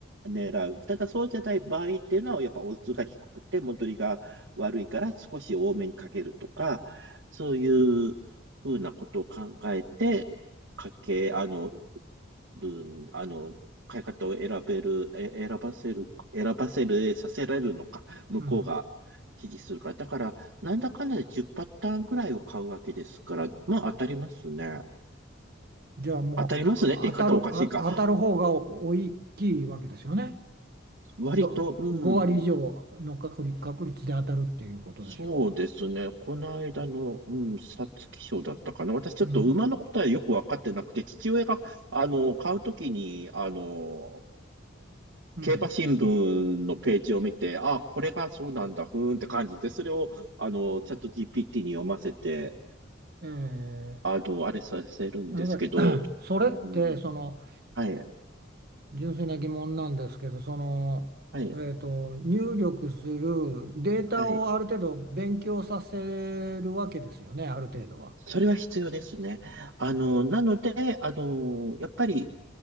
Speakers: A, on the right; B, on the right.
A: 狙う。ただそうじゃない場合っていうのは、やっぱオッズが低くて戻りが悪いから少し多めにかけるとか、そういうふうなことを考えて、かけ、あの、るん、あの、買い方を選べる、え、選ばせる、選ばせる、させられるのか、向こうが指示するから。
B: うん。
A: だから、なんだかんだで10パターンぐらいを買うわけですから、まあ当たりますね。
B: じゃあもうあ当たる、
A: 当たりますねって言い方はおかしいか。
B: あ、当たる方が大きいわけですよね。
A: 割と、
B: ど、
A: うん、
B: 5割以上の確率、確率で当たるっていうことでしょ
A: そうですね。この間の、うん、皐月賞だったかな。私ちょっと馬のことはよくわかってなくて、
B: う。うん。
A: 父親が、あの、買うときに、あの、
B: うん。
A: 競馬新聞のページを見て、あ、これがそうなんだ、ふーんって感じで、それを、あの、チャット GPT に読ませて、
B: えー、
A: あの、あれさせるんですけど、
B: なので <clears throat> それって、
A: うん、
B: その、
A: はい、
B: 純粋な疑問なんですけど、その、
A: はい、
B: えっと、入力するデータをある程度勉強させるわけですよね、
A: はい。
B: ある程度は。
A: それは必要ですね。あの、なので、あの、やっぱり